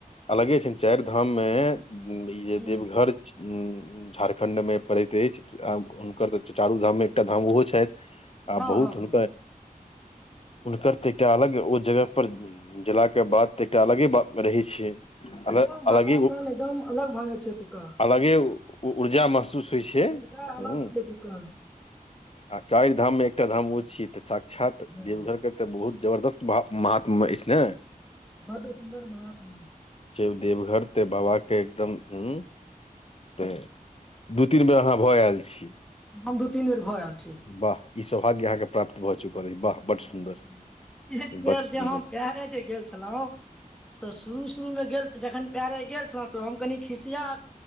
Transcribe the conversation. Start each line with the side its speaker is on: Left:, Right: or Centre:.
Left: अलगे छ चारि धाम में ई जे
Centre: हूँ हूँ।
Left: देवघर झारखण्डमे पड़ैत अछि आ हुनकर तऽ चारू धाम मे एकटा धाम ओहो छै। छथि आ
Centre: हँ
Left: बहुत
Centre: हँ हँ
Left: हुनकर हुनकर तऽ एकटा अलग ओ जगह पर जेला के बाद तऽ एकटा अलगे बात रहै छै।
Centre: एकदम
Left: अल
Centre: वातावरण
Left: अलगे
Centre: एकदम अलग भऽ जाइ छै एतुका
Left: अलगे ऊर्जा महसूस होइ छै। ह
Centre: <unintelligible>
Left: आ चारि धाममे एकटा धाम ओ छीय तऽ साक्षात
Centre: हँ
Left: देवघर के तऽ बहुत जबरदस्त महात्म अछि ने।
Centre: बडु सुन्दर महादेव
Left: जे देवघर ते बाबाके एकदम ह तऽ दू तीन बेर अहाँ भऽ आयल छी।
Centre: हम दू तीन बेर भऽ आयल छी।
Left: वाह ई सौभाग्य अहाँके प्राप्त भऽ चुकल अछि वाह। बड
Centre: भ
Left: सुन्दर
Centre: गेलै एक बेर
Left: बड सुन्दर
Centre: जे हम पेरे जे गेल छलहु तऽ शुरू शुरूमे गेल जखन पएरे गेल छल तऽ हम कनि खिसियाह